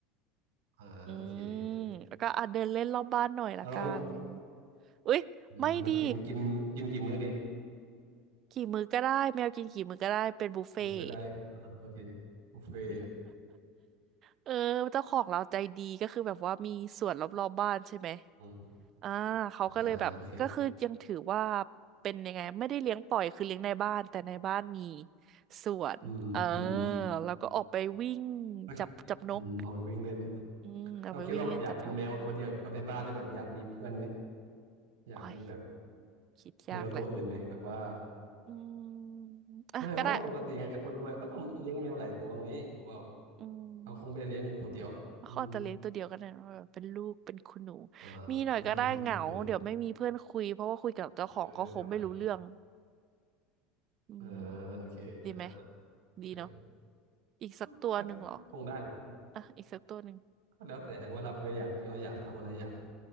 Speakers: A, on the right; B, on the right.
A: อ่าโอเคเออ
B: อืมแล้วก็อ่ะเดินเล่นรอบบ้านหน่อยละกัน
A: เราลองแบบ
B: อุ๊ยไม่ดี
A: อืมดักกินกินกินกี่มื้อดี
B: กี่มื้อก็ได้แมวกินกี่มื้อก็ได้เป็นบุฟเฟ่ต์
A: มื้อใดอ่าโอเค
B: <laughs>
A: บุฟเฟ่ต์
B: เออเจ้าของเราใจดีก็คือแบบว่ามีสวนรอบๆบ้านใช่ไหม
A: อืม
B: อ่าเขาก็เลยแบบก็คือยังถือว่า
A: อ่าโอเค
B: เป็นยังไงไม่ได้เลี้ยงปล่อยคือเลี้ยงในบ้านแต่ในบ้านมีสวนเออ
A: อืมอืม
B: แล้วก็ออกไปวิ่ง
A: โอเค
B: จับจับนก
A: อืมเอาไปวิ่งเล่น
B: อืมเอาไปวิ่งเล่นจับนก
A: เราคิดว่าแบบอยากเป็นแมวตัวเดียวในบ้านเลยแบบอยากมีเพื่อนไหมอยากมีแบบ
B: โอ้ยคิดยากแหละ
A: แมวตัวอื่นไหมแบบว่า
B: อืมอ่ะก็ได้
A: ไม่เพราะว่าปกติไงคนรวยเขาต้องเลี้ยงแมวหลายตัวไงถูกเปล่า
B: อืม
A: เขาคงไม่ได้เลี้ยงตัวเดียวหรอกอืม
B: เขาอาจจะเลี้ยงตัวเดียวกันนะแบบเป็นลูกเป็นคุณหนู
A: อ่า
B: มีหน่อยก็ได้เหงาเดี๋ยวไม่มีเพื่อนคุยเพราะว่าคุยกับเจ้าของก็คงไม่รู้เรื่อง
A: เออเออเออเออเดี๋ยว
B: อืม
A: อ่าโอเคอ่า
B: ดีไหม
A: เออ
B: ดีเนาะอีกสักตัวหนึ่งเหรอ
A: ก็ก็คงได้แหละ
B: อ่ะอีกสักตัวหนึ่ง
A: ก็แล้วแต่ว่าเราเอออยากเราอยากทำอะไรอยาก